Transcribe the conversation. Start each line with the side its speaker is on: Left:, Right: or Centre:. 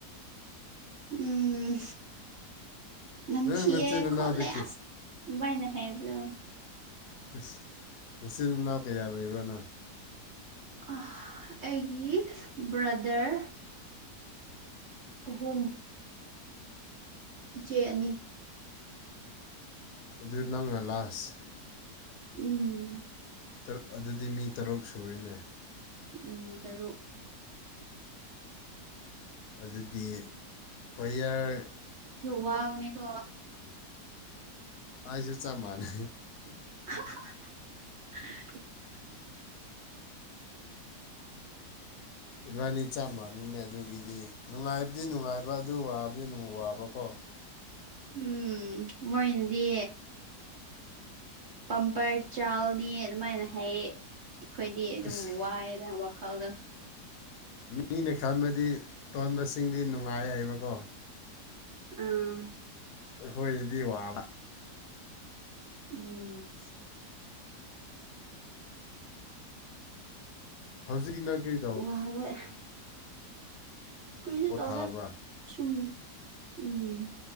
Right: ꯎꯝ ꯅꯝꯊꯤꯌꯦ
Left: ꯅꯪ ꯅꯆꯤꯟ ꯅꯅꯥꯎꯗꯒꯤ
Right: ꯈꯣꯠꯂꯦ ꯑꯁ ꯑꯗꯨꯃꯥꯏꯅ ꯍꯥꯏꯕ꯭ꯔꯣ
Left: <unintelligible> ꯅꯆꯤꯟ ꯅꯅꯥꯎ ꯀꯌꯥ ꯂꯩꯕ꯭ꯔꯣ ꯅꯪ
Right: ꯑꯥ ꯑꯩꯒꯤ ꯕ꯭ꯔꯗꯔ ꯑꯍꯨꯝ ꯏꯆꯦ ꯑꯅꯤ
Left: ꯑꯗꯨ ꯅꯪꯅ ꯂꯥꯁ
Right: ꯎꯝ
Left: <unintelligible> ꯑꯗꯨꯗꯤ ꯃꯤ ꯇꯔꯨꯛ ꯁꯨꯔꯤꯅꯦ
Right: ꯎꯝ ꯇꯔꯨꯛ
Left: ꯍꯧꯖꯤꯛꯇꯤ ꯄꯌꯔ
Right: ꯋꯥꯕꯅꯤꯀꯣ
Left: ꯑꯩꯁꯨ ꯆꯞ ꯃꯥꯥꯟꯅꯩ
Right: <unintelligible>
Left: ꯏꯕꯥꯅꯤ ꯆꯞ ꯃꯥꯟꯅꯩꯅꯦ ꯑꯗꯨꯒꯤꯗꯤ ꯅꯨꯡꯉꯥꯏꯕꯗꯤ ꯅꯨꯡꯉꯥꯏꯕ ꯑꯗꯨ ꯋꯥꯕꯗꯤ <unintelligible> ꯋꯥꯕꯀꯣ
Right: ꯎꯝ ꯃꯣꯏꯅꯗꯤ ꯄꯝꯄꯔ ꯆꯥꯎꯜꯅꯤ ꯑꯗꯨꯃꯥꯏꯅ ꯍꯥꯏꯌꯦ ꯑꯩꯈꯣꯏꯗꯤ ꯑꯗꯨꯝ
Left: ꯑꯁ
Right: ꯋꯥꯏꯗ ꯋꯥꯈꯜꯗꯣ
Left: ꯃꯤꯅ ꯈꯟꯕꯗꯤ ꯇꯣꯟꯕꯁꯤꯡꯗꯤ ꯅꯨꯡꯉꯥꯏ ꯍꯥꯏꯕꯀꯣ
Right: ꯎꯝ
Left: ꯑꯩꯈꯣꯏꯗꯗꯤ ꯋꯥꯕ
Right: ꯎꯝ
Left: ꯍꯧꯖꯤꯛꯀꯤ ꯅꯪ <unintelligible>
Right: ꯋꯥꯕꯩ ꯀꯔꯤꯁꯨ
Left: ꯄꯣꯊꯥꯕ꯭ꯔꯥ
Right: ꯇꯧꯗꯦ ꯁꯨꯝ ꯎꯝ